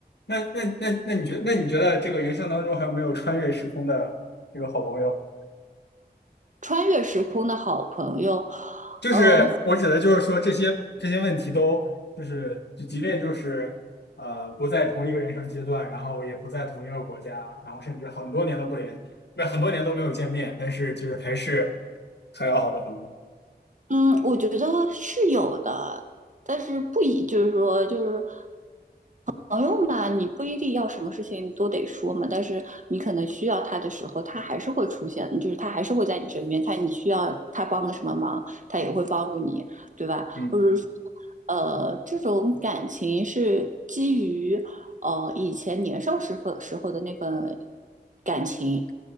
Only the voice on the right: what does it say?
穿越时空的好朋友，
嗯、
嗯，我觉得是有的，但是不以就是说就是。朋友嘛，你不一定要什么事情都得说嘛，但是你可能需要他的时候，他还是会出现，就是他还是会在你身边，他你需要他帮个什么忙，他也会帮助你，对吧？
或者说，呃，这种感情是基于呃以前年少时候时候的那份感情，